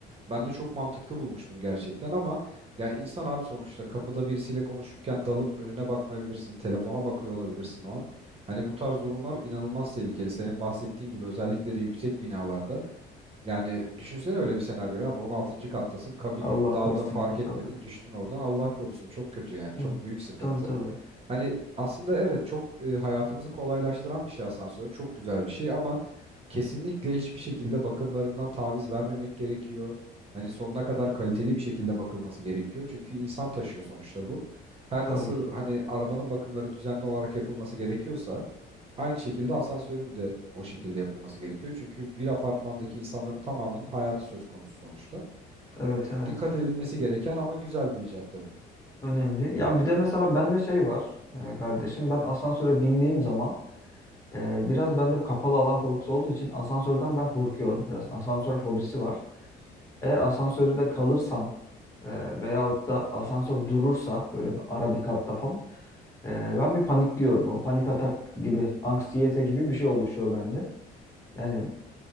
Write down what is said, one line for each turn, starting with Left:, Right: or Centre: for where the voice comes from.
Right: Ben de çok mantıklı bulmuştum gerçekten ama ya insan abi sonuçta kapıda birisiyle konuşurken dalıp önüne bakmayabilirsin. Telefona bakıyor olabilirsin o an. Hani bu tarz durumlar inanılmaz tehlikeli. Senin bahsettiğin gibi özellikle de yüksek binalarda. Yani düşünsene öyle bir senaryo abi on altıncı kattasın kabin
Left: Allah
Right: yok daldın
Left: korusun
Right: fark
Left: ya
Right: etmedin
Left: tabii.
Right: düştün oradan Allah korusun çok kötü yani
Left: Tabii
Right: çok büyük sıkıntı.
Left: tabii. Tabii,
Right: Hani aslında evet çok e, hayatımızı kolaylaştıran bir şey asansör çok güzel bir şey ama kesinlikle hiçbir şekilde bakımlarından taviz vermemek gerekiyor. Hani sonuna kadar kaliteli bir şekilde bakılması gerekiyor çünkü insan taşıyor sonuçta bu. Her
Left: tabii
Right: nasıl
Left: ki.
Right: hani arabanın bakımları düzenli olarak yapılması gerekiyorsa Aynı şekilde asansörün de o şekilde yapılması gerekiyor. Çünkü bir apartmandaki insanların tamamının hayatı söz konusu sonuçta.
Left: Evet
Right: Ee,
Left: evet.
Right: dikkat edilmesi gereken ama güzel bir icat tabii.
Left: Önemli. Ya bir de mesela bende şey var e, kardeşim. Ben asansöre bindiğim zaman e, biraz bende kapalı alan korkusu olduğu için asansörden ben korkuyorum. Biraz asansör fobisi var. Eğer asansörde kalırsam e, veyahut da asansör durursa böyle bir ara bir katta falan e, ben bir panikliyorum. O panik atak gibi, anksiyete gibi bir şey oluşuyor bende. Yani